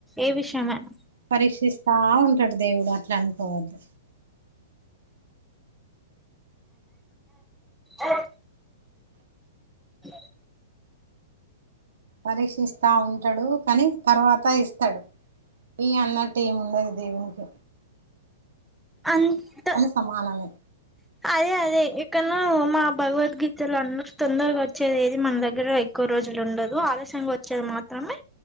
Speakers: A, in the centre; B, on the right.
A: ఏ విషయమైనా
B: పరీక్షిస్తా ఉంటాడు దేవుడు అట్లా అనుకోవద్దు
A: ఆ అ
B: పరీక్షిస్తా ఉంటాడు కానీ తర్వాత ఇస్తాడు ఈ అన్న టటీము ఉండది దీవనకి
A: అంత
B: సమానమే
A: అదే అదే ఇక్కను మా భగవద్గీతలు అంద తొందరగా వచ్చేది ఏది మన దగ్గర ఎక్కువ రోజులు ఉండదు ఆలస్యంగా వచ్చేది మాత్రం అమే